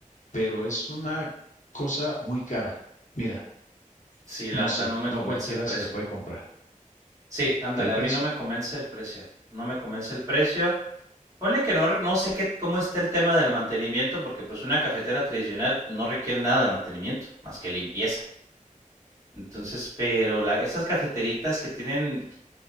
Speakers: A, on the left; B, on the right.
A: pero es una cosa muy cara. Mira,
B: Sí,
A: no
B: la
A: sé,
B: neta no me
A: no
B: convence
A: cualquiera
B: el precio.
A: se la puede comprar.
B: Sí, ándale,
A: El precio,
B: a mí no me convence el precio, no me convence el precio. Ponle que no, re- no sé qué, cómo está el tema del mantenimiento, porque pues una cafetera tradicional no requiere nada de mantenimiento, más que limpieza. Entonces, pero la, esas cafeteritas que tienen,